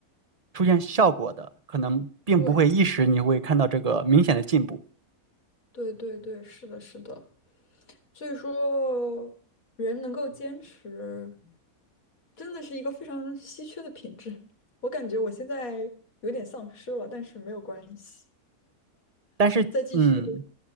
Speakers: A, on the right (about 45°); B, on the left (about 70°).
A: 出现效果的，可能并不会一时你会看到这个明显的进步，
B: 对，对对对，是的，是的。所以说，人能够坚持，真的是一个非常稀缺的品质。我感觉我现在有点丧失了，但是没有关系，
A: 但是嗯，
B: 再继续，